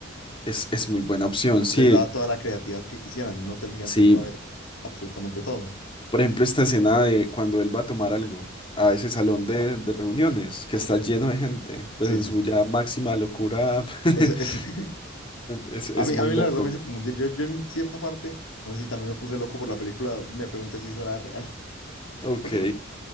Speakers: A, on the left; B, on the left.
A: Es, es muy buena opción, sí,
B: les da toda la creatividad que quisieran. En un hotel gigante
A: sí.
B: puede haber absolutamente todo.
A: Por ejemplo, esta escena de cuando él va a tomar algo a ese salón de, de reuniones que está lleno de gente, pues
B: Sí,
A: en
B: sí,
A: su
B: sí.
A: ya máxima locura, <laughs>
B: Eso, es- <laughs>
A: es, es
B: A mí,
A: muy
B: a mí
A: loco.
B: la verdad me hizo confundir. Yo, yo en cierta parte, no sé si también me puse loco por la película, me pregunté si eso era real. <laughs>
A: Ok,
B: Porque